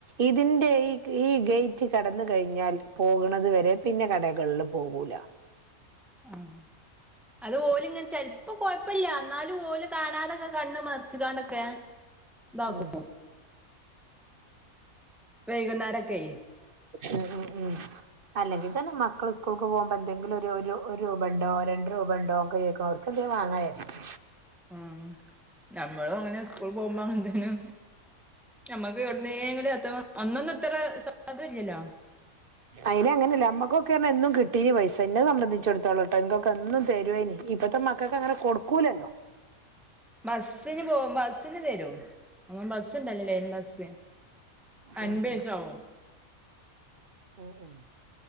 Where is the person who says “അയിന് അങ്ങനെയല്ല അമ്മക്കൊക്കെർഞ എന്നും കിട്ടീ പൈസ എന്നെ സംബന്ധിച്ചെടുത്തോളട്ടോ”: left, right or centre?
Right